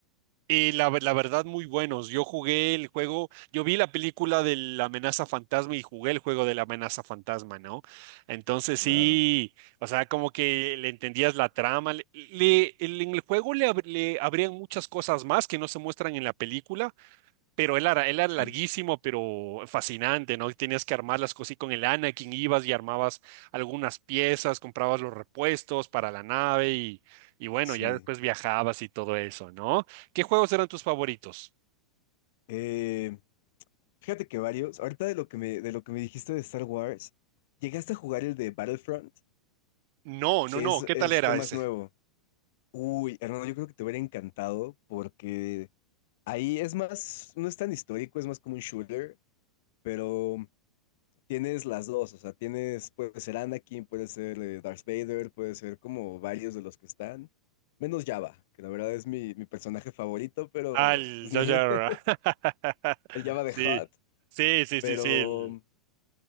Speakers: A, on the right; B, on the left.
A: Y la, la verdad, muy buenos. Yo jugué el juego, yo vi la película de la amenaza fantasma y jugué el juego de la amenaza fantasma, ¿no? Entonces
B: Claro,
A: sí, o sea, como que le entendías la trama. Le, le- el- en el juego le, ab- le abrían muchas cosas más que no se muestran en la película Pero él era, él era
B: sí,
A: larguísimo, pero fascinante, ¿no? Y Tenías que armar las cosas y con el Anakin ibas y armabas algunas piezas, comprabas los repuestos para la nave y, y bueno,
B: Sí.
A: ya después viajabas y todo eso, ¿no? ¿Qué juegos eran tus favoritos?
B: Eh, fíjate que varios. Ahorita de lo que me, de lo que me dijiste de Star Wars, llegaste a jugar el de Battlefront.
A: No, no,
B: Es,
A: no, ¿qué
B: es,
A: tal era
B: fue más
A: ese?
B: nuevo. Uy, hermano, yo creo que te hubiera encantado porque ahí es más, no es tan histórico, es más como un shooter, pero Tienes las dos, o sea, tienes, puede ser Anakin, puede ser eh, Darth Vader, puede ser como varios de los que están, menos Java, que la verdad es mi, mi personaje favorito, pero
A: Al
B: pues,
A: Jar Jar.
B: <laughs>
A: <laughs>
B: el Java de
A: Sí,
B: Hutt,
A: sí, sí,
B: pero
A: sí, sí.